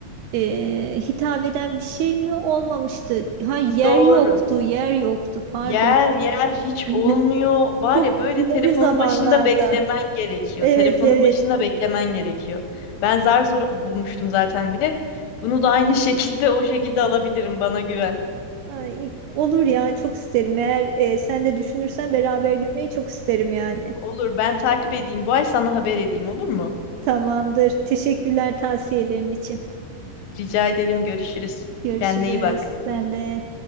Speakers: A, on the right (about 85°); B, on the left (about 80°).
A: e, hitap eden bir şey mi olmamıştı? Ha yer
B: Doğru.
A: yoktu, yer yoktu. Pardon.
B: Yer yer hiç
A: <laughs>
B: olmuyor. Var
A: Çok
B: ya böyle
A: ileri
B: telefonun
A: zamanlarda.
B: başında beklemen gerekiyor.
A: Evet
B: Telefonun
A: evet.
B: başında beklemen gerekiyor. Ben zar zor bulmuştum zaten bilet. Bunu da aynı <laughs> şekilde o şekilde alabilirim bana güven.
A: Ay, olur ya çok isterim. Eğer e, sen de düşünürsen beraber gitmeyi çok isterim yani.
B: Olur ben takip edeyim. Bu ay sana haber edeyim olur mu?
A: Tamamdır. Teşekkürler tavsiyelerin için.
B: Rica ederim görüşürüz.
A: Görüşürüz.
B: Kendine iyi bak.
A: Ben de.